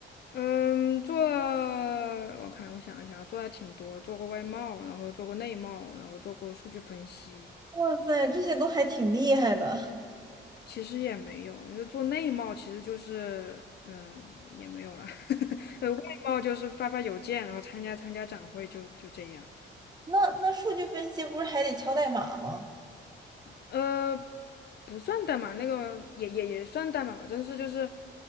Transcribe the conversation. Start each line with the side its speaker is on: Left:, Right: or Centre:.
Left: 嗯，做我看我想一想，做还挺多，做过外贸，然后做过内贸，然后做过数据分析，
Right: 哇塞，这些都还挺厉害的。
Left: 其实也没有，你说做内贸其实就是，嗯，也没有了。<laughs> 呃，外贸就是发发邮件，然后参加参加展会就，就这样。
Right: 那那数据分析不是还得敲代码吗？
Left: 呃，不算代码，那个也也也算代码吧，但是就是